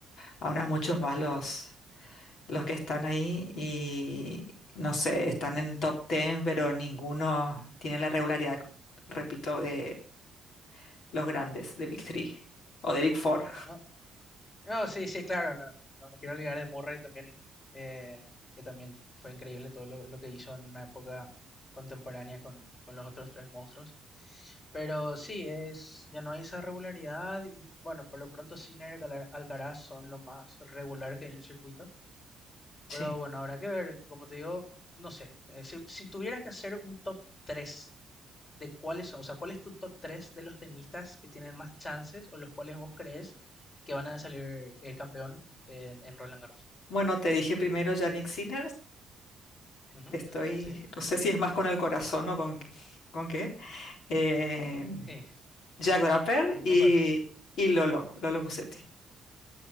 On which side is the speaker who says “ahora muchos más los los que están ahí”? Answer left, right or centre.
Left